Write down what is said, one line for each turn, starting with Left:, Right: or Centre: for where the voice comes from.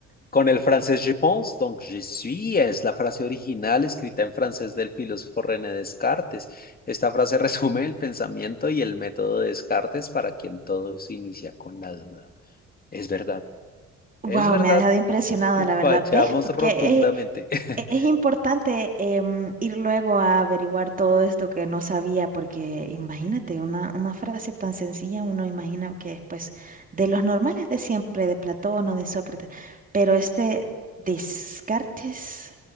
Left: con el francés je pense, donc je suis, es la frase original escrita en francés del filósofo René Descartes. Esta frase <laughs> resume el pensamiento y el método de Descartes para quien todo se inicia con la duda. Es verdad,
Right: wow,
Left: es verdad,
Right: me ha dejado impresionada, la verdad.
Left: fallamos
Right: ¿Ves? Porque
Left: rotundamente.
Right: eh,
Left: <laughs>
Right: Es importante em, ir luego a averiguar todo esto que no sabía, porque imagínate, una, una frase tan sencilla, uno imagina que es pues de los normales de siempre, de Platón o de Sócrates, pero este Descartes